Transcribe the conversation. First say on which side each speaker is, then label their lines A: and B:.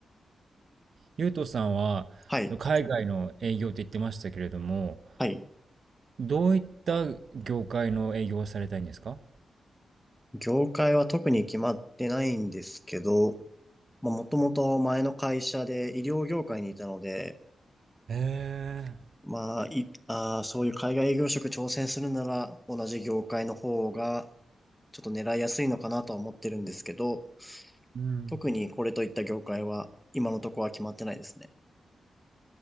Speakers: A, on the right; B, in the centre.
A: ゆうとさんは、
B: はい、
A: その海外の営業って言ってましたけれども、
B: はい。
A: どういった業界の営業をされたいんですか
B: 業界は特に決まってないんですけど、まあ、もともと前の会社で医療業界にいたので、
A: へえ。
B: まあ、い、ああ、そういう海外営業職挑戦するなら同じ業界の方がちょっと狙いやすいのかなとは思ってるんですけど、
A: うん。
B: 特にこれといった業界は今のところは決まってないですね。